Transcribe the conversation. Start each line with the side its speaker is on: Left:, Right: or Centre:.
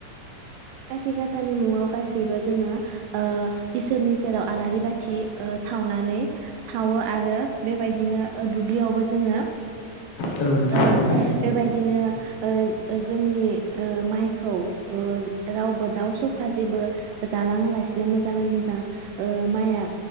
Right: खाथि गाासानि मुङाव गासैबो जोङो ओ- इसोरनि सेराव आलारि बाथि, ओ सावनानै सावो आरो बेबायदिनो ओ दुब्लियावबो जोङो
Left: औ नंगौ
Right: ओ
Left: नोंथां
Right: बेबायदिनो, ओ जोंनि ओ माइखौ ओ रावबो दाउ सखा जेबो जालाङालासिनो मोजाङै मो <unintelligible> ओ माइया